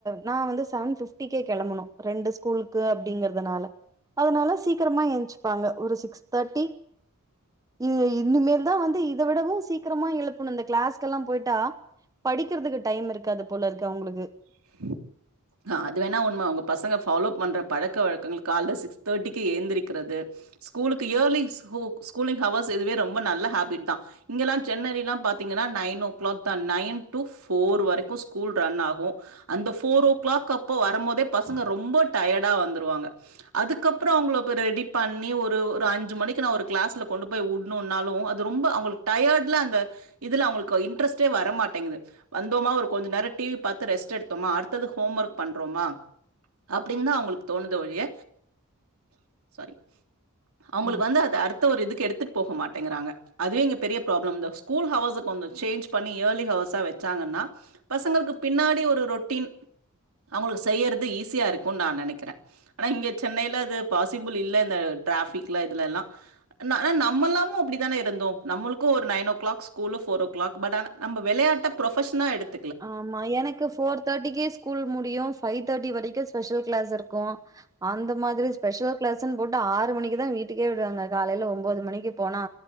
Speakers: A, on the right (about 15°); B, on the right (about 75°).
A: நா வந்து செவன் பிப் டிகே கெளம்பனு ரெண்டு ஸ்கூலுக்கு அப்டிங்றதுனால அதனால சீக்கரமா எந்ச்சுப்பாங்க ஒரு சிக்ஸ் தேட்டி இது இன்னுமேல்தா வந்து இத விடவு சீக்கிரமா எழுப்பணு இந்த கிளாஸ்க்கெல்லா போயிட்டா படிக்கிறதுக்கு டைம் இருக்காது போல இருக்கு அவங்களுக்கு
B: <unintelligible> அது வேணா உண்ம உங்க பசங்க ஃபாலோப் பண்ணுற பழக்க வழக்கங்கள் கால சிக்ஸ் தேர்ட்டிக்கு ஏந்திரிக்கிறது ஸ்கூலுக்கு ஏயர்லி ஸ் ஸ்கூலிங் ஹவர்ஸ் இதுவே ரொம்ப நல்ல ஹேபிட் தா இங்கெல்லா சென்னையல்லா பாத்தீங்கன்னா நைன் ஓ கிளாக் தா நைன் டு ஃபோர் வரைக்கு ஸ்கூல் ரன் ஆகும் அந்த ஃபோர் ஓ கிளாக் அப்ப வரும்போதே பசங்க ரொம்ப டயடா வந்துருவாங்க அதுக்கப்பறம் அவங்கள பா ரெடி பண்ணி ஒரு ஒரு அஞ்சு மணிக்கு நா ஒரு கிளாஸ்ல கொண்டு போய் வு னுனாலு அது ரொம்ப அவங்களுக் டயர்ட்ல அந்த இதுல அவங்களுக்கு இன்ட்ரஸ்ட்டே வர மாட்டேங்து வந்தோமா ஒரு கொஞ்சோ நேரோ டிவி பாத்த ரெஸ்ட் எடுத்தோமா அடுத்தது ஹோம்ஒர்க் பண்றோமா அப்டின்னு தா அவங்களுக்கு தோணுது ஒழிய சாரி அவங்களுக்கு
A: ம்
B: வந்து அத அடுத்த ஒரு இதுக்கு எடுத்துட்டு போக மாட்டேங்கிறாங்க அது இங்க பெரிய ப்ராப்ளம் இந்த ஸ்கூல் ஹவுர்ஸா கொஞ்ச சேஞ்ச் பண்ணி ஏயர்லி ஹவுர்ஸா வெச்சாங்கன்னா பசங்களுக்கு பின்னாடி ஒ ரொட்டீன் அவங்களுக்கு செய்யறது ஈஸியா இருக்குனு நா நெனைக்கிற ஆனா இங்க சென்னையில அது பாசிபிள் இல்ல இந்த டிராபிக்லா இதுல எல்லா ஆன நமல்லாமோ அப்டித்தான இருந்தோ நம்மளுக்கு ஒரு nine o'clock school four o'clock but ஆனா நம்ப வெளையாட்ட ப்ரொபஷ்னா எடுத்
A: ஆமா எனக்கு ஃபோர் தேட்டிக்கு ஸ் கூல் முடியு பைவ் தேட்டி வரைக்கும் ஸ்பெஷல் கிளாஸ் இருக்கும் அந்த மாதிரி ஸ்பெஷல் கிளாஸ்ன் போட்டு ஆறு மணிக்கு தா வீட்டுக்கே விடுவாங்க காலையில ஒன்பது மணிக்கு போனா